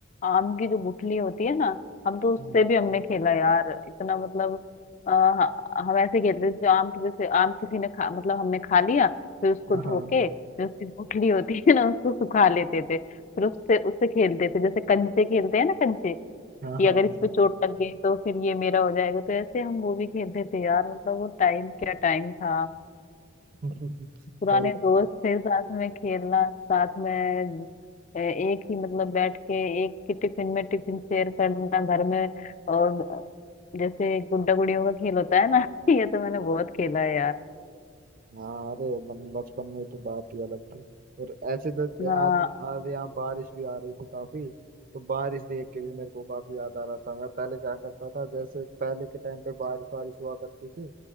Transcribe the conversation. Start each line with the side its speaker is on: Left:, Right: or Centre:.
Left: आम की जो गुठली होती है ना हम तो उससे
Right: हम्म,
Left: भी हमने खेला यार इतना मतलब अ, ह- हम ऐसे खेलते थे, जो आम की जैसे आम किसी ने खा मतलब हमने खा लिया फिर उसको
Right: हाँ
Left: धो
Right: हाँ
Left: के जो उसकी गुठली होती है ना उसको सुखा लेते थे फिर उससे उससे खेलते थे जैसे कंचे खेलते हैं ना कंचे
Right: हाँ
Left: कि
Right: हाँ
Left: अगर इस पे चोट लग गई तो फिर ये मेरा हो जाएगा तो ऐसे हम वो भी खेलते थे यार मतलब वो टाइम क्या टाइम था
Right: <laughs>
Left: पुराने
Right: सही
Left: दोस्त थे साथ में खेलना साथ में अ, एक ही मतलब बैठ के एक ही टिफिन में टिफिन शेयर करना घर में और अ, जैसे गुड्डा गुड़ियों का खेल होता है ना <laughs> ये तो मैंने बहुत खेला है यार
Right: हाँ अरे मतलब बचपन में तो बात ही अलग थी और ऐसे तो
Left: हाँ
Right: आज आज यहाँ बारिश भी आ रही थी काफी तो बारिश देख के भी मेरे को काफी याद आ रहा था मैं पहले क्या करता था जैसे पहले के टाइम पे बारिश वारिश हुआ करती थी